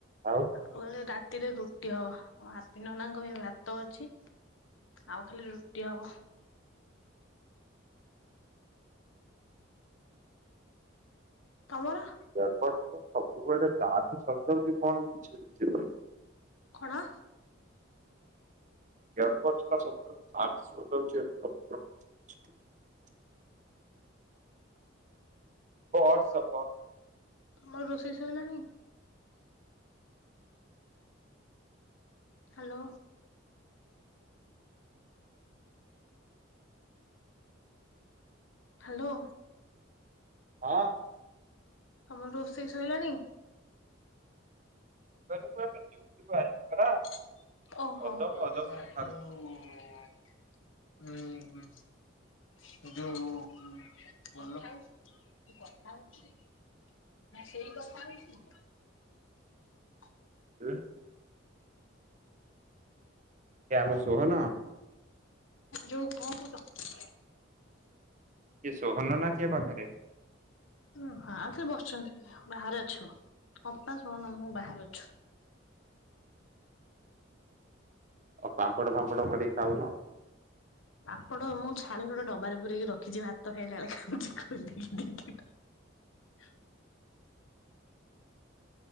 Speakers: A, on the right (about 40°); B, on the left (about 80°).
A: ଆଉ
B: ହ ରାତି ରାତିରେ ରୁଟି ହବ, ହାପି ନନାଙ୍କ ପାଇଁ ଭାତ ଅଛି, ଆଉ ଖାଲି ରୁଟି ହବ। ତମର
A: ଏୟାରପୋଡ ଟା ସବୁବେଳେ ଚାର୍ଜ ସରିଯାଉଛି କଣ ମୁଁ ବୁଝିପାରୁନି।
B: କଣ?
A: ଏୟରପୋଡ଼ ଟା ସବୁବେଳେ ଚାର୍ଜ ସରିଯାଉଛି। <unintelligible> ବ ସବ <inaudible>
B: ତମର ରୋଷେଇ ସଇଲାଣି? ହାଲୋ। ହାଲୋ।
A: ହଁ,
B: ତମର ରୋଷେଇ ସରିଲାଣି?
A: ରେ ମୁଁ ପରା ଏବେ ଡିଉଟି ଆଇଲି ପରା।
B: ଓହୋ,
A: ଅଜବ ଅଜବ କଥା
B: ହଁ ଯଉ,
A: ହୁଁ, କିଏ ଆମ ଶୋହନ?
B: ଯୋଉ କଣ କହୁଛ?
A: କିଏ ସୋହନ ନା କିଏ ପାଖରେ
B: ଓ ହଁଉ ସେ ବସିଛନ୍ତି, ବାହାରେ ଅଛୁ, ଅପା ସହନ ମୁଁ ବାହାରେ ଅଛୁ
A: ଆଉ ପାମ୍ପଡ ଫାମ୍ପଡ କରିକି ଖାଉନ
B: ପାମ୍ପଡ଼ ମୁଁ ଛାଣିକି, ଗୋଟେ ଡବାରେ ପୁରେଇକି ରଖିଛି ଆଜି ଭାତ ଖାଇଲା ବେଳେ <unintelligible> ଦି ଦିଟା